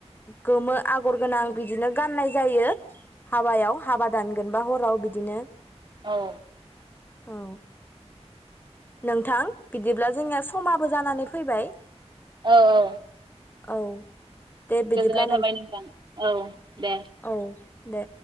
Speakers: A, on the left; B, on the right.
A: गोमो आगर गोनां बिदिनो गाननाय जायो हाबायाव हाबा दानगोन बा हराव बिदि बिदिनो
B: औ
A: औ नोंथां बिदिब्ला जोंनिया समाबो जानानै फै फैबाय
B: औ औ
A: औ दे बिदिब्ला
B: गोजोननाय थाबाय नोंथां औ दे।
A: औ दे